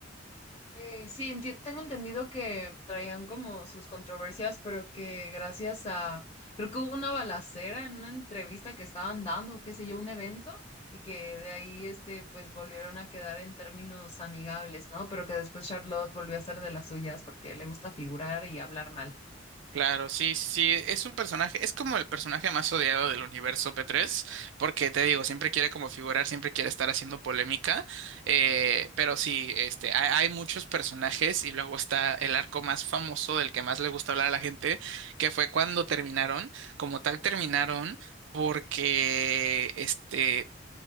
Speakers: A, on the left; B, on the right.
A: Eh, sí, enti- tengo entendido que traían como sus controversias, pero que gracias a, creo que hubo una balacera en una entrevista que estaban dando, qué sé yo, un evento, y que de ahí, este, pues volvieron a quedar en términos amigables, ¿no? Pero que después Charlotte volvió a ser de las suyas porque le gusta figurar y hablar mal.
B: Claro, sí, sí, sí, es un personaje, es como el personaje más odiado del universo p tres, porque te digo, siempre quiere como figurar, siempre quiere estar haciendo polémica, eh, pero sí, este, hay, hay muchos personajes y luego está el arco más famoso del que más le gusta hablar a la gente, que fue cuando terminaron, como tal terminaron, porque, este,